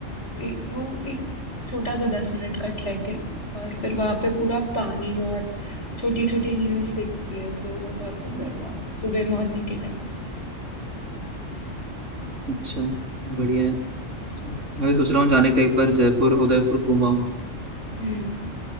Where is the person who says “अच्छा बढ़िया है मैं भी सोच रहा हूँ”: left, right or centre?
Right